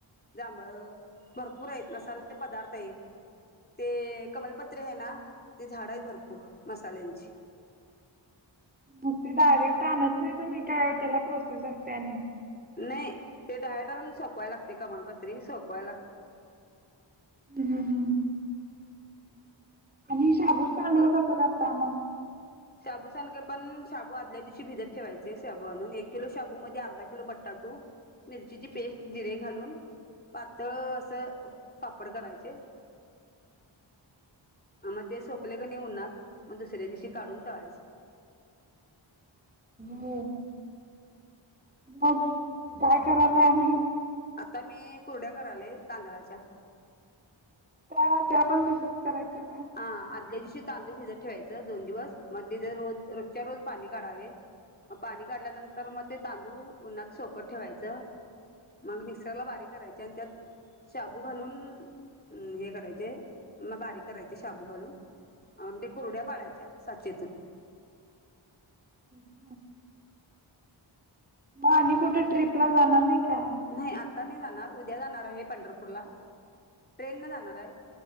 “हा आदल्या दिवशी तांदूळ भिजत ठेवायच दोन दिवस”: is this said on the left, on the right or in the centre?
Left